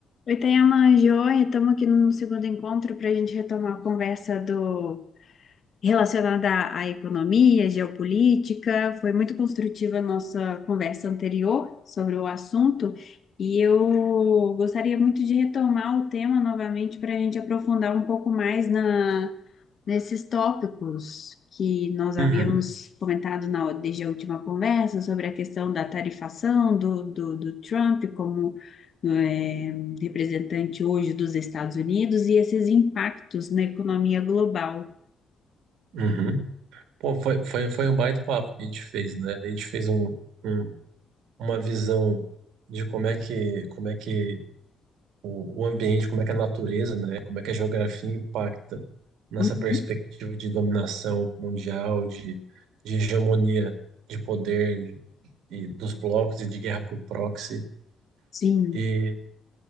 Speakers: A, on the left; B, on the right.
A: Oi, Tayama, joia, estamos aqui no segundo encontro para a gente retomar a conversa do relacionada à à economia, geopolítica. Foi muito construtiva a nossa conversa anterior sobre o assunto e eu gostaria muito de retomar o tema novamente para a gente aprofundar um pouco mais na, nesses tópicos que nós havíamos
B: Uhum,
A: comentado na, desde a última conversa sobre a questão da tarifação do, do, do Trump como eh, representante hoje dos Estados Unidos e esses impactos na economia global.
B: uhum. Pô, foi, foi, foi um baita papo que a gente fez, né? A gente fez um, um- uma visão de como é que, como é que o, o ambiente, como é que a natureza, né? Como é que a geografia impacta nessa
A: Uhum.
B: perspectiva de dominação mundial, de, de hegemonia de poder e dos blocos e de guerra por proxy.
A: Sim,
B: E,